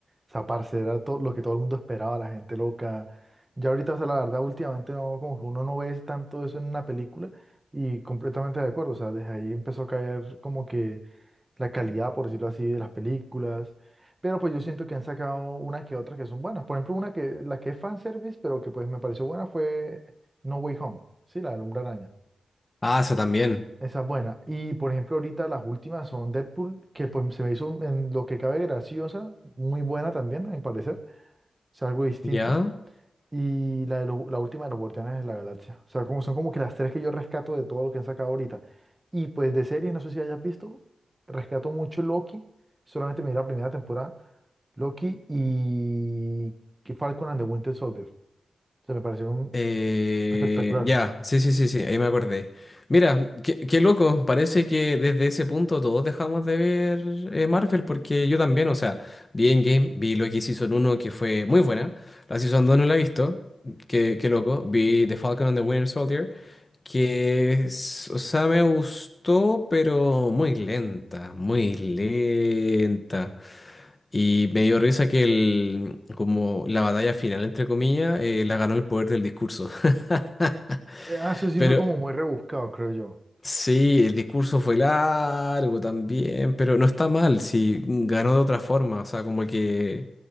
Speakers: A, on the right; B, on the left.
A: sea, parce, era todo lo que todo el mundo esperaba, la gente loca. Ya ahorita, o sea, la verdad, últimamente no, como que uno no ve tanto eso en una película y completamente de acuerdo. O sea, desde ahí empezó a caer como que la calidad, por decirlo así, de las películas. Pero pues yo siento que han sacado una que otra que son buenas. Por ejemplo, una que, la que es fanservice, pero que pues me pareció buena fue No Way Home, sí, la del Hombre Araña.
B: Ah, eso también.
A: Esa es buena. Y por ejemplo, ahorita las últimas son Deadpool, que pues se me hizo en lo que cabe graciosa, muy buena también, a mi parecer. O sea, algo distinto.
B: ¿Ya?
A: Y la, de lo- la última de los Guardianes de la Galaxia. O sea, como, son como que las tres que yo rescato de todo lo que han sacado ahorita. Y pues de series, no sé si hayas visto, rescato mucho Loki. Solamente me vi la primera temporada. Loki y que Falcon and the Winter Soldier. O sea, me parecieron
B: Eh,
A: espectaculares.
B: ya, sí, sí, sí, sí, ahí me acordé. Mira, qué, qué loco, parece que desde ese punto todos dejamos de ver eh, Marvel, porque yo también, o sea, vi Endgame, vi Loki Season uno que fue muy buena, la Season 2 no la he visto, qué, qué loco, vi The Falcon and the Winter Soldier, que, es- o sea, me gustó, pero muy lenta, muy lenta. Y me dio risa que el, como la batalla final, entre comillas, eh, la ganó el poder del discurso. <laughs>
A: Eh, Ah, eso sí
B: Pero
A: fue como muy rebuscado, creo yo.
B: sí, el discurso fue largo también, pero no está mal, si ganó de otra forma, o sea, como que